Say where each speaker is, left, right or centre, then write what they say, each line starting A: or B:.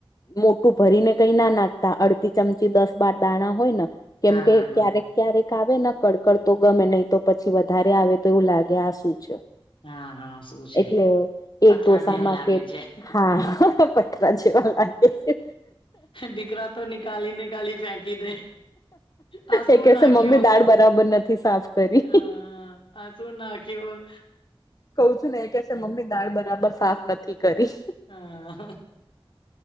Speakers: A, on the left (about 40°); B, on the left (about 65°).
A: મોટું ભરીને કઈ ના નાખતા અડધી ચમચી દસ-બાર દાણા હોય ને. કેમ
B: હા
A: કે
B: હા હા
A: ક્યા ક્યારેક આવે ને કડકડ તો ગમે નહી, તો પછી વધારે આવે તો, એવું લાગે આ શું છે.
B: હા, હા, શું છે?
A: એટલે એક
B: પથ્થર
A: ઢોસામાં
B: જેવો લાગે
A: કે
B: છે.
A: હા પથરા જેવા લાગે છે.
B: દીકરા તો નિકાલે ની ફેંકી દે. આ શું
A: એ કેશે
B: નાખ્યો?
A: મમ્મી દાળ બરાબર નથી સાફ કરી.
B: હમ. અજું નાખવા.
A: કઉ છું ને, એ કે છે, મમ્મી, દાળ બરાબર સાફ નથી કરી.
B: હા.